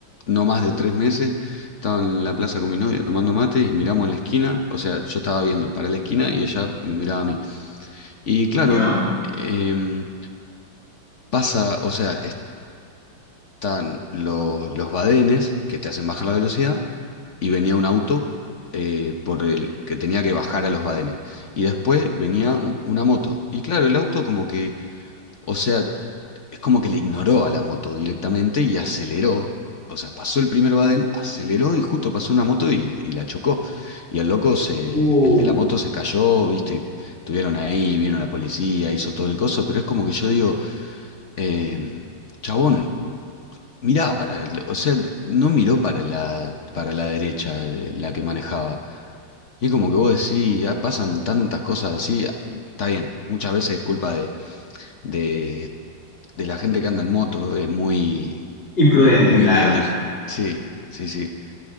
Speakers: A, on the left; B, on the left.
A: no más de tres meses, estaba en la plaza con mi novia tomando mate y miramos en la esquina, o sea, yo estaba viendo para la esquina y ella me miraba a mí. Y claro,
B: ¿ya?
A: em, pasa, o sea, están lo- los badenes que te hacen bajar la velocidad y venía un auto eh, por el que tenía que bajar a los badenes. Y después venía u- una moto. Y claro, el auto como que, o sea, es como que le ignoró a la moto directamente y aceleró. O sea, pasó el primer baden, aceleró y justo pasó una moto y, y la chocó. Y el loco se,
B: Uh,
A: el de la moto se cayó, viste, estuvieron ahí, vino la policía, hizo todo el coso, pero es como que yo digo, eh, chabón, Mirá, para, el- o sea, no miró para la, para la derecha eh, la que manejaba. Y es como que vos decís, ya pasan tantas cosas así. ah, Está bien, muchas veces es culpa de, de, de la gente que anda en moto, es muy,
B: Imprudente,
A: muy
B: claro.
A: negligente. Sí, sí, sí.